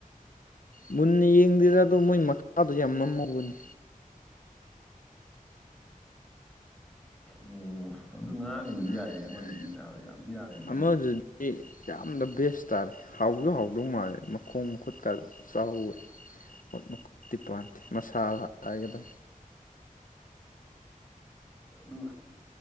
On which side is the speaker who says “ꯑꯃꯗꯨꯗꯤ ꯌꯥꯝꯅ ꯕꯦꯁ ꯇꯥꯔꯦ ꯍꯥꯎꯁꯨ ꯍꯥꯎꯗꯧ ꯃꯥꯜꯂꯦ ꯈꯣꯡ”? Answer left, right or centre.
Left